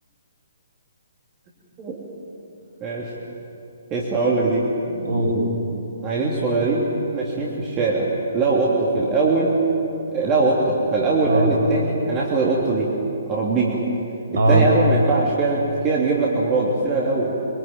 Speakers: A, on the right; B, on the right.
A: <laughs> ماشي إيه، لسه هقول لك دي
B: أوه.
A: عيلين صغيرين ماشيين في الشارع لقوا قطة في الأول لقوا قطة فالأول
B: اه
A: قال للتاني أنا هاخد القطة دي أربيها التاني
B: اه
A: قال له ما ينفعش كده كده تجيب لك أمراض اغسلها الأول